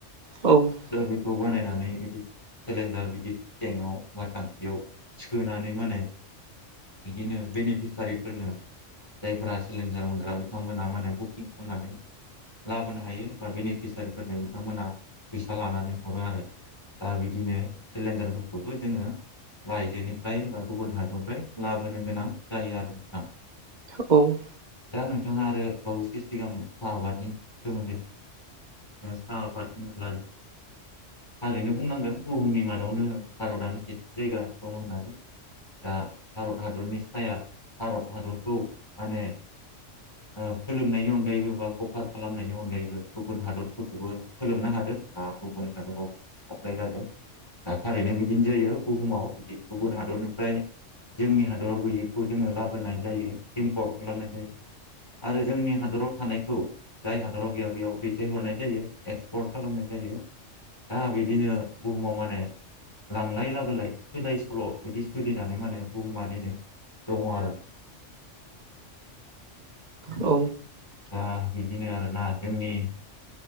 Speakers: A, on the right; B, on the left.
A: औ ।
B: दा बेखौ बानायनानै बिदि सिलिन्डार बिदि टेंकआव बा टांखियाव सोनानै माने बिदिनो बेनिफिसारिफोरनो जायफोरा सिलिन्डार मोनग्रा बिथांमोनहा माने बुकिं खालामनानै लाबोनो हायो बा बेनिफिसारिफोरनो बिथांमोना फैसा लानानै हरो आरो । दा बिदिनो सिलिन्डारफोरखौबो जोङो बाइजोनिफ्राय बा गुबुन हादरनिफ्राय लाबोनो गोनां जायो आरो नोंथा ।
A: औ ।
B: दा नोंथाङा आरो बावैसो सिगां साहा आबादनि सोमोन्दै दा साहा आबाद होनोल्बा थारैनो बुंनांगोन बुहुमनि मादावनो भारतआनो सेथि जायगा दं होननानै । दा भारत हादरनि साया भारत हादरखौ माने ओ फोलोमनायनि अनगायैबो बा कभार खालामनायनि अनगायैबो गुबुन हादरफोरखौबो फोलोमनो हादों बा गुबुन हादरावबो <unintelligible> जादों । दा थारैनो बिदिनो जायो बुहुमाव बिदि गुबुन हादरनिफ्राय जोंनि हादराव गैयैखौ जोङो लाबोनाय जायो इम्पर्ट खालामनाय जायो । आरो जोंनि हादराव थानायखौ जाय हादराव गैया बेयाव दैथायहरनाय जायो एक्सपर्ट खालामनाय जायो। दा बिदिनो बुहुमाव माने लांलाय लाबोलाय सोलाय सोल' बिदि सोलिनानै माने बुहुमा दिनै दङ आरो
A: औ
B: दा बिदिनो आरोना जोंनि